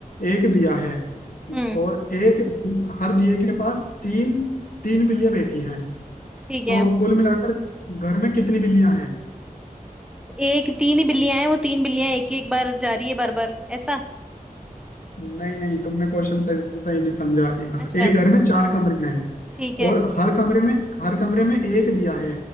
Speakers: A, on the left (about 70°); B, in the centre.
A: एक दिया है
B: हम्म
A: और एक दि- हर दिए के पास तीन तीन बिल्लियां बैठी हैं
B: ठीक
A: तो
B: है
A: कुल मिलाकर घर में कितनी बिल्लियां हैं
B: एक तीन ही बिल्लियां हैं वो तीन बिल्लियां एक ही एक बार जा रही है बार बार ऐसा
A: नहीं नहीं तुमने क्वेश्चन सही सही नहीं समझा
B: अच्छा
A: एक घर में चार कमरे हैं
B: ठीक है
A: और हर कमरे में हर कमरे में एक दिया है